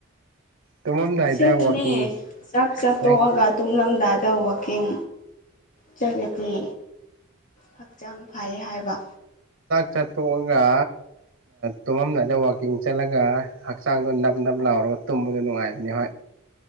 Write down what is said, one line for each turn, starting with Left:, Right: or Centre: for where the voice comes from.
Right: ꯇꯨꯝꯃꯝꯗꯥꯏꯗ
Left: ꯑꯁꯦꯡꯀꯤꯅꯦ
Right: ꯋꯥꯛꯀꯤꯡ
Left: ꯆꯥꯛ ꯆꯥ
Right: ꯅꯪ
Left: ꯇꯣꯛꯑꯒ ꯇꯨꯝꯂꯝꯗꯥꯏꯗ ꯋꯥꯛꯀꯤꯡ ꯆꯠꯂꯗꯤ ꯍꯛꯆꯥꯡ ꯐꯩ ꯍꯥꯏꯕ
Right: ꯆꯠꯇꯣꯛꯑꯒ ꯇꯨꯝꯃꯝꯗꯥꯏꯗ ꯋꯥ ꯀꯤꯡ ꯆꯠꯂꯒ ꯍꯛꯆꯥꯡꯗꯣ ꯅꯞ ꯅꯞ ꯂꯥꯎꯔꯒ ꯇꯨꯝꯕꯗꯣ ꯅꯨꯡꯉꯥꯏꯕꯅꯤ ꯍꯣꯏ